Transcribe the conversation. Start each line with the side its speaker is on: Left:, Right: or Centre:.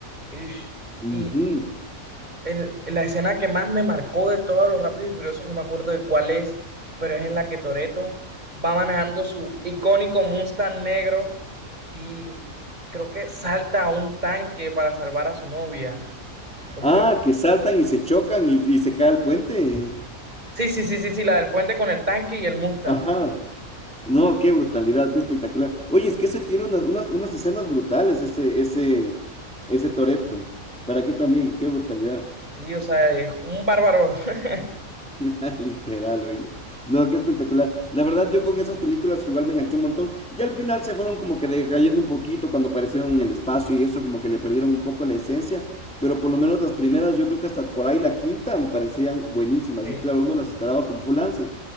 Right: ish,
Centre: Ujú.
Right: y en, en la escena que más me marcó de todos los Rápidos y Furiosos, no me acuerdo de cuál es, pero es en la que Toretto va manejando su icónico Mustang negro y creo que salta a un tanque para salvar a su novia. O
Centre: Ah,
Right: no me acu-
Centre: que saltan y se chocan y, y se cae el puente.
Right: Sí, sí, sí, sí, sí, la del puente con el tanque y el Mustang.
Centre: Ajá. No, qué brutalidad, qué espectacular. Oye, es que ese tiene unas, unas, unas escenas brutales, ese, ese, ese Toreto. ¿Para qué también? Qué brutalidad.
Right: Sí, o sea, es un bárbaro. <laughs>
Centre: <laughs> Literal, oye. No, qué espectacular. La verdad, yo con esas películas igual me enganché un montón. Ya al final se fueron como que decayendo un poquito cuando aparecieron en el espacio y eso, como que le perdieron un poco la esencia. Pero por lo menos las primeras, yo creo que hasta por ahí la quinta me parecían buenísimas.
Right: Sí.
Centre: Y claro, uno las esperaba con full ansias.